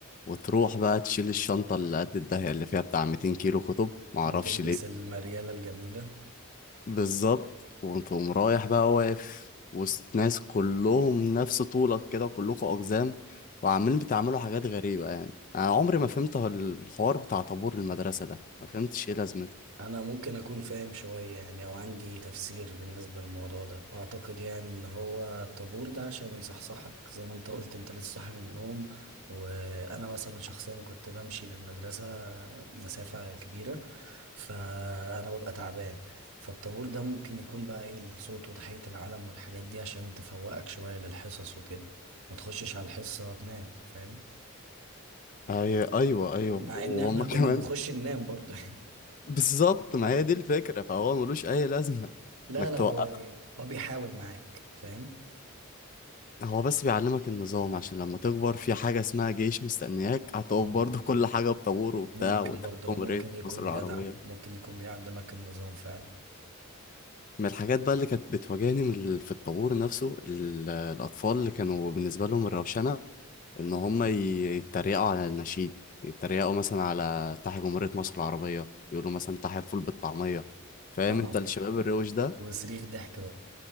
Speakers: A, on the left; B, on the right.
A: وتروح بقى تشيل الشنطة اللي قد الدهية اللي فيها بتاع 200 كيلو كتب معرفش
B: وتلبس
A: ليه
B: المريالة الجميلة
A: بالظبط وتقوم رايح بقى واقف وسط ناس كلهم نفس طولك كده كلكم أقزام وعمالين بتعملوا حاجات غريبة يعني أنا عمري ما فهمت الحوار بتاع طابور المدرسة ده ما فهمتش إيه لازمته
B: انا ممكن اكون فاهم شوية يعني او عندي تفسير بالنسبة للموضوع ده اعتقد يعني ان هو الطابور ده عشان يصحصحك زي ما انت قلت انت لسه صاحي من النوم وانا مثلا شخصيا كنت بمشي للمدرسة مسافة كبيرة فانا ببقى تعبان فالطابور ده ممكن يكون بقى ايه الصوت وتحية العلم والحاجات دي عشان تفوقك شوية للحصص وكده ما تخشش على الحصة تنام فاهم
A: أي... أيوه أيوه
B: مع
A: وهما
B: ان احنا كنا
A: <laughs> كمان
B: بنخش ننام برضه <laughs> يعني
A: بالظبط ما هي دي الفكرة فهو ملوش أي لازمة
B: لا
A: إنك
B: لا
A: توقف
B: هو يعني هو بيحاول معاك فاهم
A: هو بس بيعلمك النظام عشان لما تكبر في حاجة اسمها جيش مستنياك هتقف
B: مم.
A: برضه كل حاجة بطابور وبتاع
B: ممكن
A: وتحكم
B: برضه هو ممكن
A: رئيس
B: يكون
A: مصر العربية
B: جدع ممكن يكون بيعلمك النظام فعلا
A: من الحاجات بقى اللي كانت بتواجهني من ال- في الطابور نفسه ال- الأطفال اللي كانوا بالنسبة لهم الروشنة إن هم ي- يتريقوا على النشيد يتريقوا مثلا على تحيا جمهورية مصر العربية يقولوا مثلا تحيا الفول بالطعمية فاهم
B: اها
A: انت الشباب الروش ده
B: وصريخ ضحك بقى